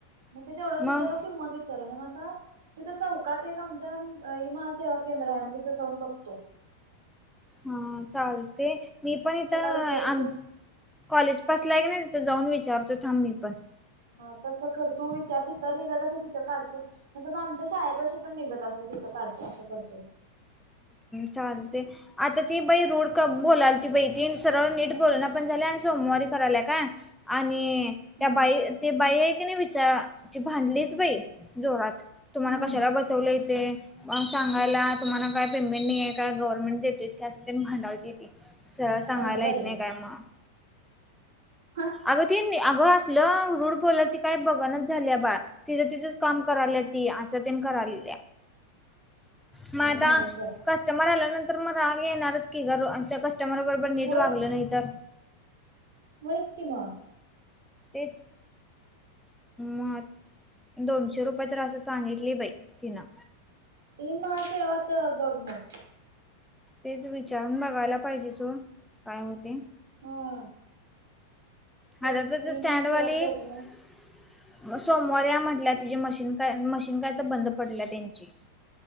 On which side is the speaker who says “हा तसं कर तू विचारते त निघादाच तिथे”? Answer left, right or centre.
Right